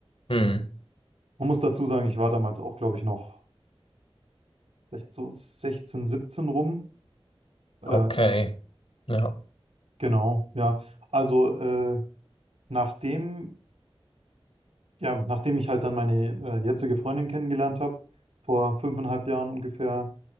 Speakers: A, on the left (about 65°); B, on the right (about 85°).
A: Mhm.
B: Man muss dazu sagen, ich war damals auch, glaube ich, noch vielleicht so 16, 17 rum. Ähm,
A: Okay. Ja.
B: genau, ja. Also äh, nachdem, ja, nachdem ich halt dann meine äh, jetzige Freundin kennengelernt habe, vor fünfeinhalb Jahren ungefähr,